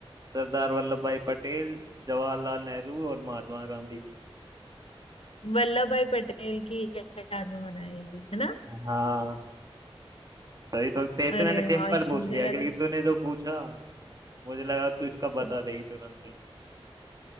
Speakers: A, on the right; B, on the left.
A: सरदार वल्लभ भाई पटेल जवाहरलाल नेहरू और महात्मा गांधी
B: वल्लभ भाई पटेल की याद में बनाएगी है ना
A: हाँ सही तो तेरे
B: अरे
A: से मैंने सिंपल
B: हाश
A: पूछ
B: मुझे
A: लिया
B: लगा
A: क्योंकि तूने जो पूछा मुझे लगा तू इसका
B: <laughs>
A: बता देगी तुरंत ही